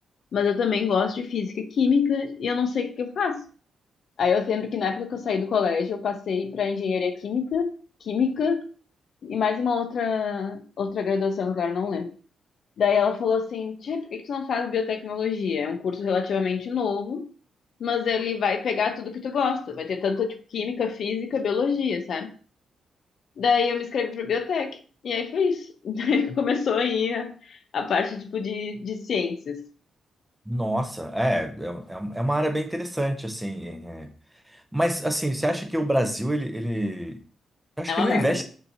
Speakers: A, on the left; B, in the centre.
A: mas eu também gosto de física e química e eu não sei o que que eu faço. Aí eu lembro que na época que eu saí do colégio, eu passei para engenharia química, química e mais uma outra, outra graduação que agora eu não lembro. Daí ela falou assim, Tia, por que que tu não faz biotecnologia? É um curso relativamente novo, mas ele vai pegar tudo que tu gosta. Vai ter tanto, tipo, química, física, biologia, sabe? Daí eu me inscrevi para biotec. E aí foi isso. <laughs> Daí começou aí a, a parte, tipo, de, de ciências.
B: Nossa, é, é, é uma área bem interessante, assim. é. Mas, assim, você acha que o Brasil, ele, ele... Eu acho
A: É
B: que
A: uma
B: ele
A: merda.
B: não investe em